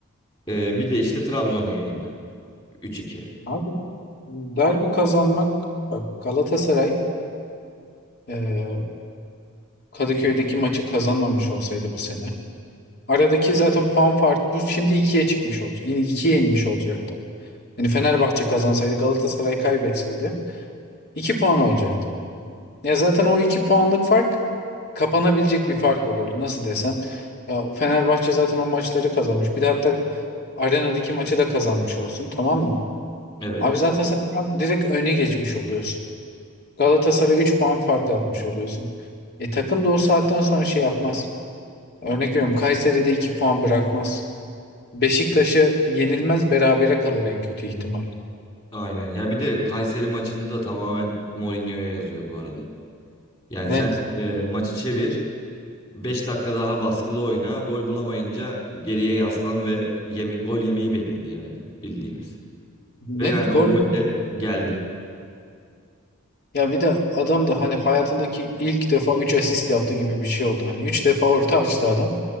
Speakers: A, on the left (about 25°); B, on the left (about 50°).
A: Ee, bir de işte Trabzon'a yenildi. Üç iki.
B: Abi derbi kazanmak bak Galatasaray e, Kadıköy'deki maçı kazanmamış olsaydı bu sene Aradaki zaten puan farkı bu şimdi ikiye çıkmış oldu. Yani ikiye inmiş olacaktı. Yani Fenerbahçe kazansaydı Galatasaray kaybetseydi iki puan olacaktı. Ya zaten o iki puanlık fark kapanabilecek bir fark olurdu. Nasıl desem? Ya Fenerbahçe zaten o maçları kazanmış. Bir de hatta arenadaki maçı da kazanmış olsun tamam mı?
A: Evet.
B: Abi zaten sen şu an direkt öne geçmiş oluyorsun. Galatasaray 3 puan fark atmış oluyorsun. E takım da o saatten sonra şey yapmaz. Örnek veriyorum Kayseri'de 2 puan bırakmaz. Beşiktaş'ı yenilmez berabere kalır en kötü ihtimal.
A: Aynen. Ya bir de Kayseri maçını da tamamen Mourinho'ya yazıyor bu arada. Yani
B: Net.
A: sen e, maçı çevir. 5 dakika daha baskılı oyna. Gol bulamayınca geriye yaslan ve yeme- gol yemeyi bekledi yani bildiğimiz. Ve
B: Net
A: yani
B: gol.
A: o gol de geldi.
B: Ya bir de adam da hani hayatındaki ilk defa 3 asist yaptı gibi bir şey oldu. Hani 3 defa orta açtı adam.